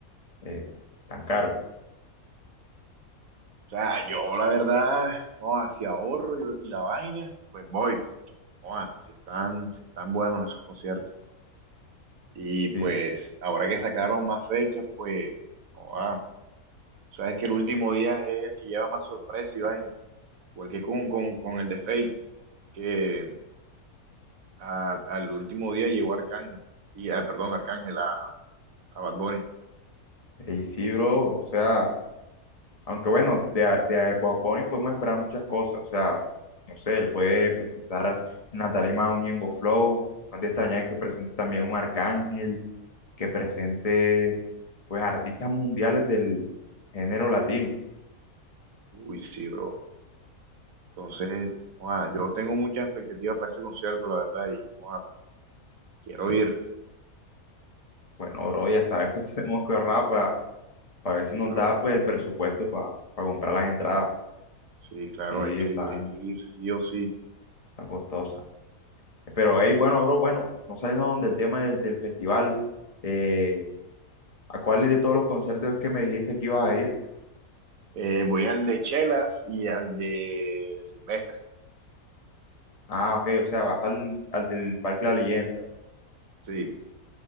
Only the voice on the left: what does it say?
eh, tan caros.
Sí,
Ey, sí, bro, o sea, aunque bueno, de, a- de a Bad Bunny podemos esperar muchas cosas, o sea, no sé, él puede presentar en la tarima un Ñengo Flow, no es de extrañar que presente también un Arcángel que presente pues artistas mundiales del género latino.
Bueno, bro, ya sabes que <laughs> tenemos que ahorrar para ver
si nos
da pues el presupuesto para comprar las entradas.
Sí,
están
tan costosas. Pero, hey, bueno, bro, bueno, no saliendo del tema del, del festival, eh, ¿a cuáles de todos los conciertos es que me dijiste que ibas a ir?
Ah, ok, o sea, vas al, al del Parque La Leyenda.